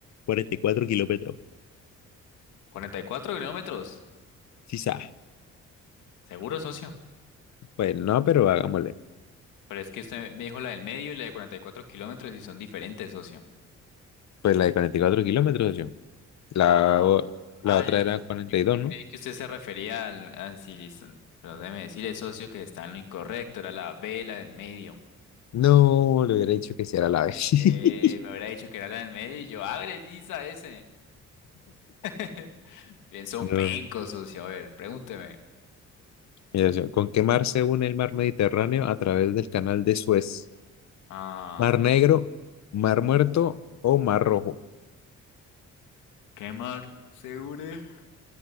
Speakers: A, on the left; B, on the left.
A: 44 kilómetros.
B: cuarenta y cuatro kilómetros?
A: Sí, sa.
B: ¿Seguro, socio?
A: Pues no, pero hagámosle.
B: Pero es que usted me dijo la del medio y la de 44 kilómetros y son diferentes, socio.
A: Pues la de 44 kilómetros, socio. La,
B: Ah,
A: o- la
B: ah,
A: otra
B: yo,
A: era cuarenta
B: yo- yo
A: y dos, ¿no?
B: creí que usted se refería al... Ah, sí, listo. no, Pero déjeme decirle, socio, que está en lo incorrecto. Era la B, la del medio.
A: No, le hubiera dicho que si era la vez. <laughs>
B: Eh, me hubiera dicho que era la del medio y yo, ¡agre, lisa ese! <laughs> Pienso
A: No.
B: un penco, socio. A ver, pregúnteme.
A: Mira, socio, ¿con qué mar se une el mar Mediterráneo a través del canal de Suez?
B: Ah,
A: ¿Mar Negro, Mar Muerto o Mar Rojo?
B: ¿qué mar se une?